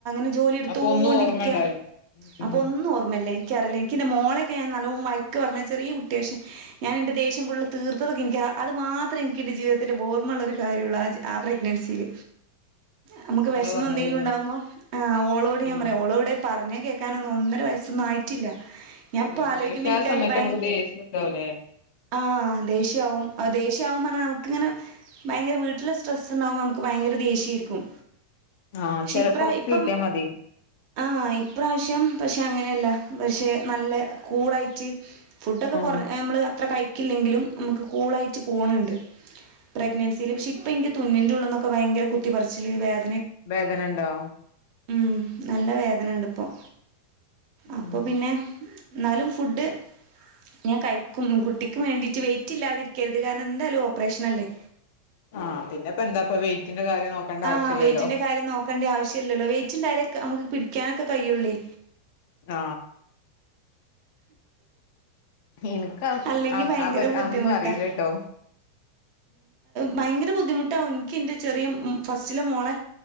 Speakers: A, on the right; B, on the left.
A: യെക്കിയ ജോലി എടുത്തോണ്ടിരിക്കയ
B: അപ്പൊ ഒന്നും ഓർമ്മ ഉണ്ടാവില്ല ഉം ഉം
A: അപ്പൊ ഒന്നും ഓർമ്മല്ല എക്കറിയില്ല എനിക്ക്ന്റെ മോളൊക്ക ഞാൻ നല്ലോണം - എക്ക് പറഞ്ഞൽ ചെറിയ കുട്ടിയാ പക്ഷെ ഞാൻ്റെ ദേശ്യം ഫുൾ തീർത്തതൊക്കെ എനിക്ക് അത് മാത്രേ എനി എൻ്റെ ജീവിത്തിലൽ ഓർമ്മയുള്ള ഒരു കാര്യുള്ളൂ ആ- ആ പ്രഗ്നൻസിയിൽ നമുക്ക്
B: മോളെ
A: വിഷമ
B: പറഞ്ഞതില്ലേ
A: എന്തെങ്കിലും ഉണ്ടാകുമ്പോ ആ ഓളോടെ ഞാൻ
B: ആഹ്
A: പറയാം ഓളോടെ പറഞ്ഞ്- കേൾക്കാനൊന്നും ഒന്നര വയസ്സൊന്നും ആയിട്ടില്ല ഞാനിപ്പം
B: ചെറിയ കുട്ടി
A: ആലോചിക്കുന്നേ
B: പക്ഷെ ആ സമയത്ത് നമുക്ക് ദേഷ്യണ്ടാവുല്ലേ
A: ാ ആ ദേഷ്യയാവും ഓ ദേഷ്യ ആകുവും പറഞ്ഞാ നമുക്കിനെ ഭയങ്കര വീട്ടില സ്ടെസ് ഉണ്ടാവുമ്പോൾ നമുക്ക് ഭയങ്കരാ ദേഷ്യയായിരിക്കും
B: ആഹ്
A: പക്ഷെ
B: ചെല
A: ഇപ്ര
B: കൊറച്ച്
A: ഇപ്പം
B: കിട്ടിയാ മതി
A: ആ ഇപ്രാവശ്യം പക്ഷെ അങ്ങനെയല്ല പക്ഷേ നല്ല കൂളായിറ്റ് ഫുഡ് ഒക്കെ
B: ആഹ്
A: കൊറേ നമ്മള് അത്ര കഴി ക്കില്ലെങ്കിലും നമുക്ക് കൂളായിറ്റ് പോണ് ണ്ട്. പ്രഗ്നൻസിയില് പഷെ ഇപ്പ ഇൻക്ക് തുന്നിന്റെ ഉള്ള്ന്നൊ ഇപ്പ ഭയങ്കര കുത്തി പറിച്ചില് വേദ
B: വേദന ഇണ്ടോ?
A: ഉം നല്ല വേദന ഇണ്ട് ഇപ്പം അപ്പൊ
B: ഉം
A: പിന്നെ ന്നാലും ഫുഡ് ഞാൻ കയ്ക്കും കുട്ടിക്കും വേണ്ടീട്ട് വെയിറ്റ് ഇല്ലാതിരിക്കര്ത് കാരണം എന്താലു ഓപ്പറേഷനല്ലേ?
B: ആഹ് പിന്നെപ്പ എന്താപ്പ വെയിറ്റിന്റെ കാര്യം നോക്കണ്ട
A: ആ
B: ആവശ്യല്ലല്ലോ
A: വെയിറ്റിന്റെ കാര്യം നോക്കണ്ടി ആവശ്യല്ലല്ലോ വെയിറ്റിണ്ടായേല് നമക്ക് പിടിക്കാനെ ഇൻക്ക് കയ്യൊള്ളി
B: ആ എനിക്ക്
A: അല്ലെങ്കിൽ
B: അയ്
A: ഭയങ്കര
B: അ പരി
A: ബുദ്ധിമുട്ടാ
B: അതൊന്നു അറിയിലട്ടോ
A: ഭയങ്കര ബുദ്ധിമുട്ടാവും എനിക്ക് എൻ്റെ ചെറിയ ഫസ്റ്റിലെ മോളെ